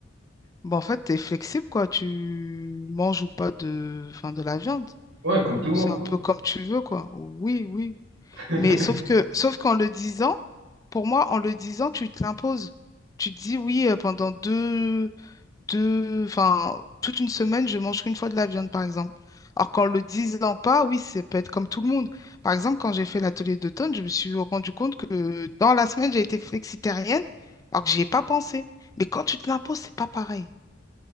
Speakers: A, on the left (about 15°); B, on the right (about 75°).
A: Bon, en fait, t'es flexible, quoi. Tu manges ou pas de, enfin, de la viande.
B: Ouais, comme tout le
A: C'est
B: monde, quoi.
A: un peu comme tu veux, quoi. Oui, oui.
B: <laughs>
A: Mais sauf que, sauf qu'en le disant, pour moi, en le disant, tu te l'imposes. Tu te dis oui euh, pendant deux, deux, enfin, toute une semaine, je mange qu'une fois de la viande, par exemple. Alors qu'en le disant pas, oui, ça peut être comme tout le monde. Par exemple, quand j'ai fait l'atelier d'automne, je me suis rendu compte que dans la semaine, j'ai été flexitarienne, alors que j'y ai pas pensé. Mais quand tu te l'imposes, c'est pas pareil.